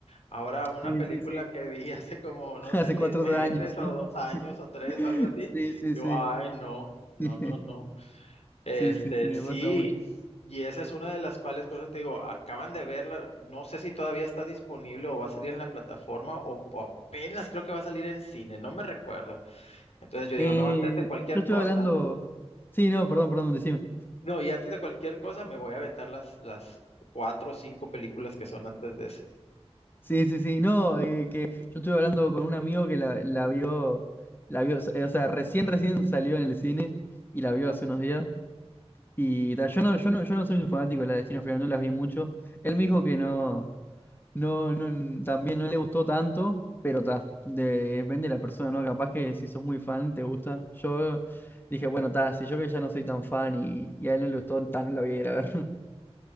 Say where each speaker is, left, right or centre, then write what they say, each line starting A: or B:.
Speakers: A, on the left (about 75°); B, on the left (about 20°).
A: Ahora, una
B: Sí,
A: película
B: sí, sí.
A: que vi <laughs> hace como,
B: <laughs>
A: no
B: Hace
A: sé, seis
B: cuatro
A: meses
B: años, sí.
A: o dos años
B: <laughs>
A: o tres o algo así,
B: Sí, sí,
A: yo,
B: sí.
A: ay, no, no,
B: <laughs>
A: no, no. Este,
B: Sí, sí, sí, me
A: sí,
B: pasa mucho.
A: y esa es una de las cuales, por eso te digo, acaban de verla, no sé si todavía está disponible o va a salir en la plataforma o, o apenas creo que va a salir en cine, no me recuerdo. Entonces yo digo,
B: Eh,
A: no, antes de cualquier
B: yo estoy
A: cosa,
B: hablando. Sí, no, perdón, perdón, decime.
A: no, y antes de cualquier cosa me voy a aventar las, las cuatro o cinco películas que son antes de eso.
B: Sí, sí, sí. No, eh, que yo estuve hablando con un amigo que la, la vio, la vio, eh, o sea, recién, recién salió en el cine y la vio hace unos días. Y ta, yo no, yo no, yo no soy un fanático de la Destino Final, no las vi mucho. Él me dijo que no, no, no, también no le gustó tanto, pero ta, de- depende de la persona, ¿no? Capaz que si sos muy fan, te gusta. Yo dije, bueno, ta, si yo que ya no soy tan fan y, y a él no le gustó, ta, no la voy a ir a ver.